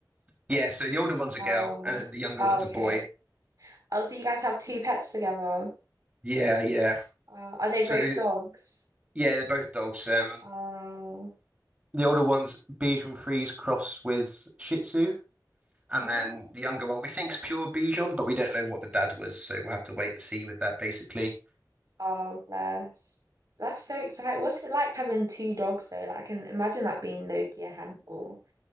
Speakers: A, on the right; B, on the right.
A: Yeah, so the older one's a
B: Oh,
A: girl and the younger
B: oh,
A: one's
B: okay.
A: a boy.
B: Oh, so you guys have two pets together.
A: Yeah, yeah.
B: Uh, are they
A: So
B: both dogs?
A: yeah, they're both dogs. Um,
B: Oh,
A: the older one's Bichon Frise crossed with Shih Tzu, and
B: oh,
A: then the younger one we think's pure Bichon, but we don't know what the dad was, so we'll have to wait and see with that basically.
B: oh, bless. That's so exciting. What's it like having two dogs though? Like, I can imagine that being low a handful.